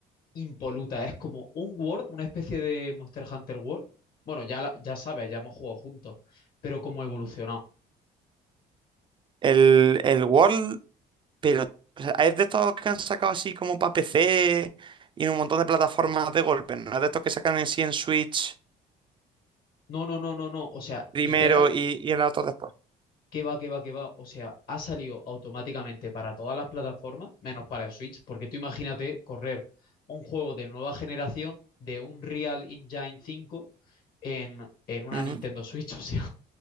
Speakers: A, on the left (about 60°); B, on the right (about 30°).
A: impolutas. Es como un World, una especie de Monster Hunter World. Bueno, ya, la- ya sabes, ya hemos jugado juntos, pero como evolucionado.
B: El, el World, pero o sea, es de estos que han sacado así como para PC y en un montón de plataformas de golpe, ¿no? Es de estos que sacan en sí en Switch
A: No, no, no, no, no. O sea,
B: primero
A: literal,
B: y, y en la otra después.
A: que va, que va, que va. O sea, ha salido automáticamente para todas las plataformas, menos para el Switch, porque tú imagínate correr un juego de nueva generación de un Real Engine cinco en, en una
B: Ujú.
A: Nintendo Switch. <laughs> O sea.